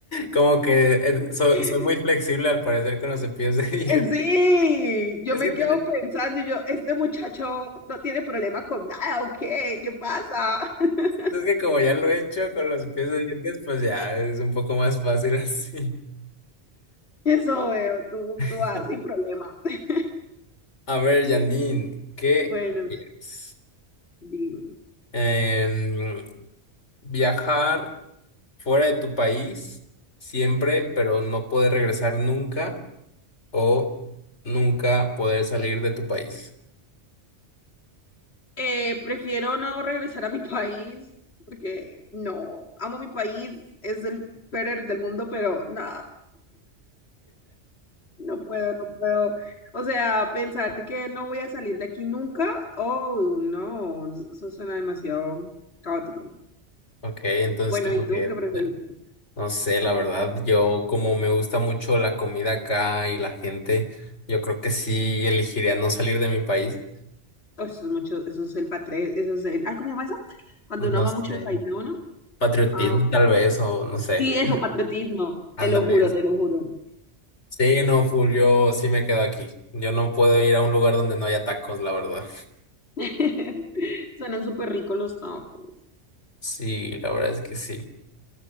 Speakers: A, on the left (about 85°); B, on the left (about 65°).
A: Como que eh, so-
B: <laughs>
A: soy muy flexible al parecer con los cepillos de <laughs> dientes.
B: Eh, Sí, yo
A: Es
B: me
A: que, te-
B: quedo pensando, y yo, este muchacho no tiene problema con nada, ¿o qué? ¿Qué pasa? <laughs>
A: es que como ya lo he hecho con los cepillos de dientes, pues ya es un poco más fácil así.
B: Eso veo, tú,
A: <laughs>
B: tú vas sin problema. <laughs>
A: A ver, Janine, ¿qué
B: Bueno,
A: quieres?
B: dime.
A: Em, viajar. fuera de tu país siempre, pero no poder regresar nunca o nunca poder salir de tu país.
B: Eh, prefiero no regresar a mi país porque no, amo mi país, es el peor del mundo, pero no, No puedo, no puedo. O sea, pensar que no voy a salir de aquí nunca, oh, no, eso suena demasiado caótico.
A: Ok, entonces
B: Bueno,
A: como
B: ¿y tú
A: que,
B: qué preferís?
A: eh, no sé, la verdad, yo como me gusta mucho la comida acá y la gente, yo creo que sí elegiría no salir de mi país.
B: Oh, eso es mucho, eso es el patriotismo, eso es el, ay, ¿cómo se llama eso? Cuando
A: No
B: uno ama
A: sé,
B: mucho el país de uno.
A: patriotismo
B: Ah,
A: tal vez o no sé,
B: sí, eso, patriotismo,
A: ándale.
B: te lo juro, te lo juro.
A: Sí, no, full, yo sí me quedo aquí. Yo no puedo ir a un lugar donde no haya tacos, la verdad.
B: <laughs> Suenan súper ricos los tacos.
A: Sí, la verdad es que sí.